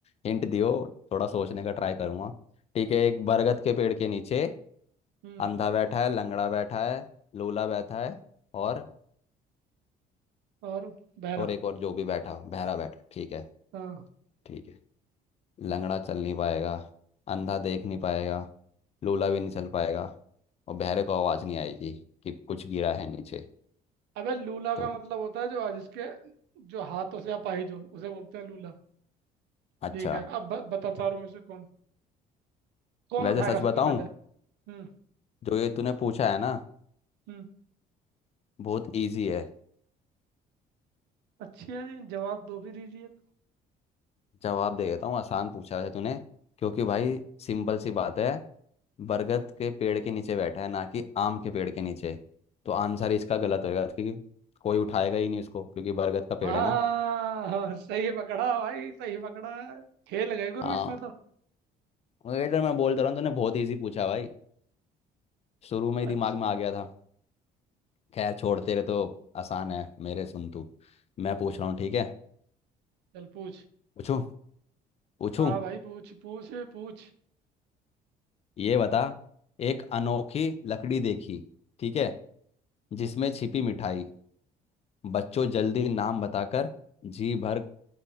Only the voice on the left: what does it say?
हिंट दियो थोड़ा सोचने का ट्राई करूंगा ठीक है एक बरगद के पेड़ के नीचे
अंधा बैठा है लंगड़ा बैठा है लूला बैठा है और
और एक और जो भी बैठा हो बहरा बैठा है। ठीक है
ठीक है लंगड़ा चल नहीं पाएगा अंधा देख नहीं पाएगा लूला भी नहीं चल पाएगा और बहरे को आवाज़ नहीं आएगी कि कुछ गिरा है नीचे
तो
कुछ।
अच्छा
वैसे
सच
बताऊं
जो ये तूने पूछा है ना
बहुत इजी है
जवाब दे देता हूँ आसान पूछा है तूने क्योंकि भाई सिंपल सी बात है बरगद के पेड़ के नीचे बैठा है ना कि आम के पेड़ के नीचे तो आंसर इसका गलत होएगा क्योंकि कोई उठाएगा ही नहीं उसको क्योंकि बरगद का पेड़
है ना
हाँ
वही तो मैं बोलता रहा हूँ तूने बहुत इजी पूछा भाई शुरू में ही दिमाग
में आ गया था खैर छोड़ तेरे तो आसान है मेरे सुन तू मैं पूछ रहा हूँ ठीक है
पूछू पूछू
ये बता एक अनोखी लकड़ी देखी ठीक है जिसमें छिपी मिठाई बच्चों जल्दी नाम बताकर जी भर